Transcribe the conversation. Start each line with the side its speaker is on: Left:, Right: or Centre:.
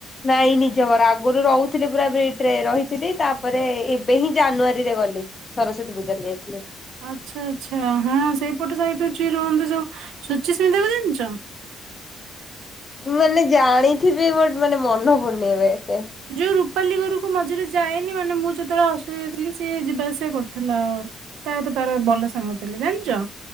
Left: ନାଇଁ ନିଜ ଘର ଆଗରୁ ରହୁଥିଲି ପୁରା ଭିତରେ ରହିଥିଲି। ତାପରେ ଏବେ ହିଁ ଜାନୁଆରୀରେ ଗଲି ସରସ୍ଵତୀ ପୂଜାରେ ଯାଇଥିଲେ।
Right: ଆଚ୍ଛା ଆଚ୍ଛା ହଁ ସେଇପଟ ସାଇଟ୍ ରେ ଚି ରୁହନ୍ତୁ ଯୋଉ ଶୁଚିସ୍ମିତା କୁ ଜାଣିିଚ?
Left: ମାନେ ଜାଣିଥିବି ବଟ୍ ମାନେ ମନ୍ହ ପଡୁନି ଏବେ। ଏତେ।
Right: ଯୋଉ ରୁ ପାଲିଘରୁକୁ ମଝିରେ ଯାଏନି, ମାନେ ମୁଁ ଯେତେବେଳେ ଅସୁବିଧା ଥିଲି ସିଏ ଯିବା ଆସିବା କରୁଥିଲା। ତା ହାତ ତାର ଭଲ ସାଙ୍ଗ ଥିଲେ ଜାଣିଚ?